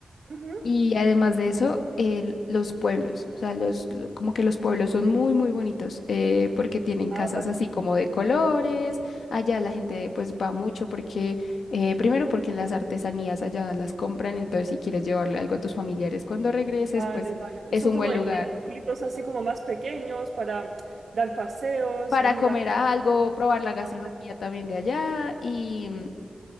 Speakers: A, on the right; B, on the left.
A: Ujú.
B: Y además de eso, el- los pueblos, o sea, los, lo- como que los pueblos son muy, muy bonitos eh, porque tienen
A: Ah,
B: casas
A: vale,
B: así
A: pues,
B: como de colores. Allá la gente pues va mucho porque, eh, primero porque las artesanías allá las compran, entonces si quieres llevarle algo a tus familiares cuando regreses,
A: vale,
B: pues
A: vale.
B: es
A: Son
B: un
A: como
B: buen
A: tienen
B: lugar
A: pueblitos así como más pequeños para dar paseos,
B: para
A: mirar.
B: comer algo, probar la gastronomía
A: Vale.
B: también de allá. Y mm,